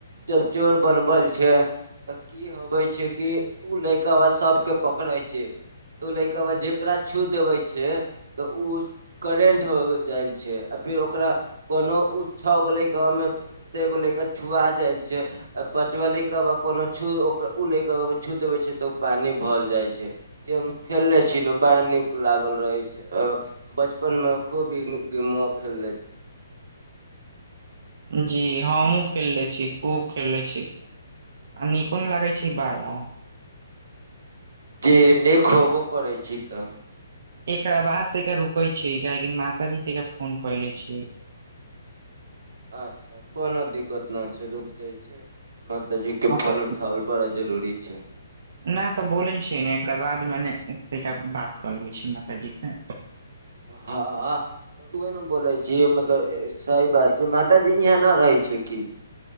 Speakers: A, on the right; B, on the right.
A: जब चोर बनबल छैय त की ई होबे छैय कि, उ लैकवा सबके पकड़े छैय। त ऊ लैकवा, जकरा छू देबै छैय तऽ उ। करेन्ट हो जाइल छैय, आ फेर ओकरा कोनो उ छौ गो ल लैकवा मे त एगो लइका छुआ जैल छैय। पँचवा लैइकबा कोनो छू, उ लैइकबा छू देबे छैय त, उ पानी भल जाइ छैय। ई हम खेलले छी नु, बड़ा नीक लागल रहय छैय अ बचपन में खूबी इ गेमुआ खेलले छी।
B: जी हमहुं खेलले छी, खुब खेलले छी। आ निको नहि लागै छै बाड़ा।
A: जी नीक खोबो करै छि त।
B: एकरा बाद तैका रुके छीयै, कियाकि माताजी तैका फोन कइले छीयै।
A: अच्छा कोनो दिक्कत न छै, रुक जाइ छय। माताजी के
B: मतलब
A: फोन उठावल बड़ा जरूरी छै।
B: ना त बोलै छियै ने, एकरा बाद मेने तैंका बात कऽ लेबै छी, माताजी से।
A: हँऽ तऽ उहे ने बोलै छी, मतलब सही बात छै, माताजी इहाँ न रहै छै की?